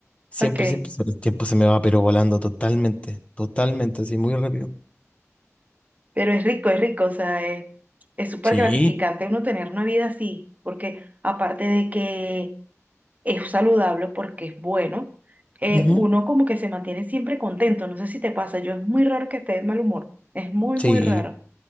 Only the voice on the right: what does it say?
Ok.
Pero es rico, es rico, o sea, es, es súper
gratificante uno tener una vida así, porque aparte de que es saludable, porque es bueno, eh,
uno como que se mantiene siempre contento, no sé si te pasa, yo es muy raro que esté de mal humor, es muy,
muy raro.